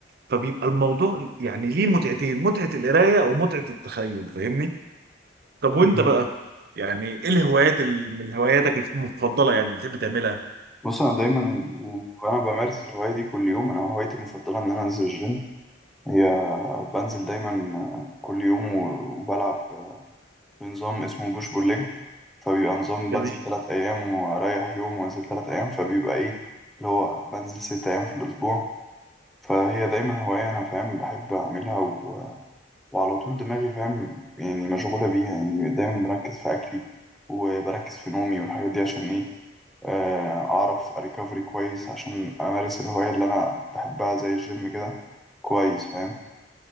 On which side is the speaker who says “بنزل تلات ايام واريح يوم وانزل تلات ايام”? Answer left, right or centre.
Centre